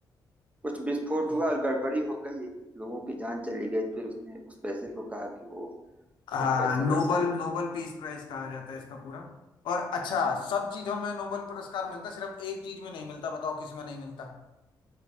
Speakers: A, on the right; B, on the left.
A: कुछ विस्फोट
B: नहीं
A: हुआ
B: है।
A: और गड़बड़ी हो गई लोगों की जान चली गई फिर उसने उस पैसे को कहा कि वो
B: हाँ
A: यह पैसा
B: नोबल
A: लगना
B: नोबल पीस प्राइज कहा जाता है इसका पूरा और अच्छा
A: है। हम्म।
B: सब चीजों में नोबल पुरस्कार मिलता है, सिर्फ एक चीज में नहीं मिलता बताओ किस में नहीं मिलता